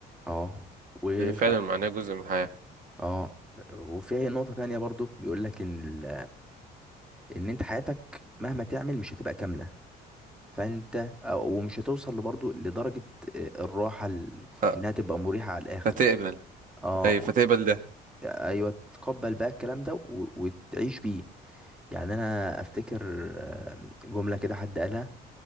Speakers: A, in the centre; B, on the right.
A: اه وخد
B: لان فعلا معناه جزء من الحياه
A: اه وفي نقطة تانية برضو بيقول لك ان ال- ان انت حياتك مهما تعمل مش هتبقى كاملة فانت أو- ومش هتوصل برضو لدرجة آه، الراحة ال-
B: أه،
A: انها تبقى مريحة على الاخر
B: فتقبل
A: اه
B: ايوه
A: و-
B: فتقبل ده
A: ايوه تقبل بقى الكلام ده و- وتعيش بيه يعني انا افتكر آه، جملة كده حد قالها